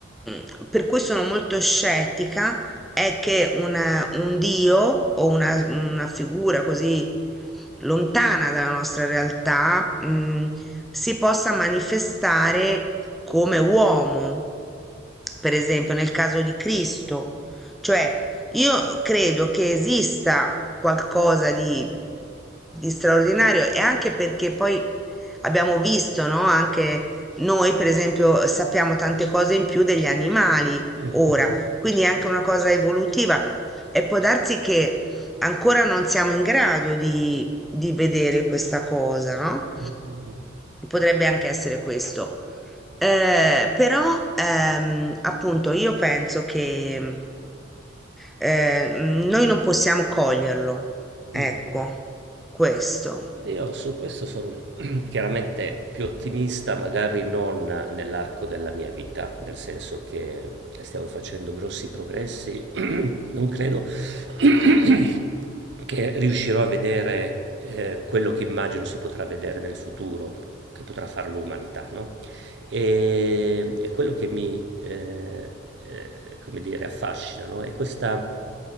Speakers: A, in the centre; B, on the right.
A: mm, per cui sono molto scettica, è che una- un Dio o una, una figura così lontana dalla nostra realtà, mm, si possa manifestare come uomo, per esempio nel caso di Cristo, cioè io credo che esista qualcosa di, di straordinario e anche perché poi abbiamo visto, no? Anche noi, per esempio, sappiamo tante cose in più degli animali
B: Mm,
A: ora, quindi è anche una cosa evolutiva e può darsi che ancora non siamo in grado di, di vedere questa cosa, no?
B: mm, mm,
A: Potrebbe anche essere questo. Eh, però ehm, appunto io penso che eh, mm, noi non possiamo coglierlo, ecco,
B: mm. mm.
A: questo.
B: Io su questo sono <clears throat> chiaramente più ottimista, magari non nell'arco della mia vita, nel senso che stiamo facendo grossi progressi. <clears throat> Non credo <clears throat> che riuscirò a vedere eh, quello che immagino si potrà vedere nel futuro, che potrà fare l'umanità, no? E, e quello che mi, eh, eh, come dire, affascina, no? È questa